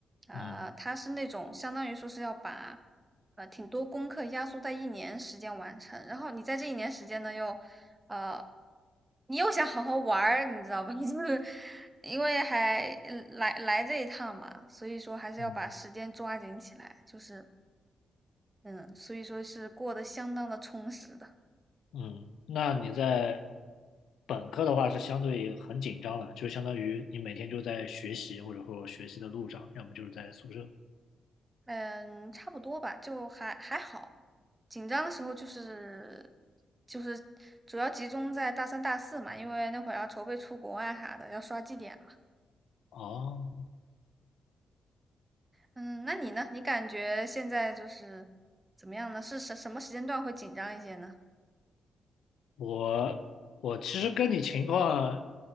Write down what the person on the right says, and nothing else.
啊、
它是那种相当于说是要把呃挺多功课压缩在一年时间完成，然后你在这一年时间呢又呃，你又想好好玩儿，你知道吧？<laughs> 就是因为还呃来来这一趟嘛，所以说还是要把时间抓紧起来，
就是嗯，所以说是过得相当的充实的。
嗯，差不多吧，就还还好。紧张的时候就是就是主要集中在大三、大四嘛，因为那会儿要筹备出国啊啥的，要刷绩点嘛。
嗯，那你呢？你感觉现在就是怎么样呢？是什什么时间段会紧张一些呢？